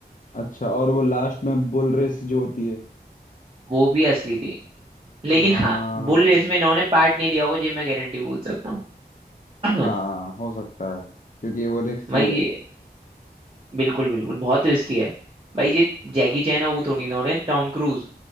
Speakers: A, on the left; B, on the right.
A: अच्छा और वो लास्ट में बुल रेस जो होती है
B: वो भी असली थी लेकिन
A: हाँ
B: हाँ बुल रेस में इन्होंने पार्ट नहीं लिया होगा ये मैं गारंटी बोल सकता हूँ <clears throat>
A: हाँ हो सकता है क्योंकि वो रिक्स
B: भाई
A: ही है
B: ये बिल्कुल बिल्कुल बहुत रिस्की है भाई ये जैकी चैन और वो थोड़ी ना हो रहे हैं टॉम क्रूज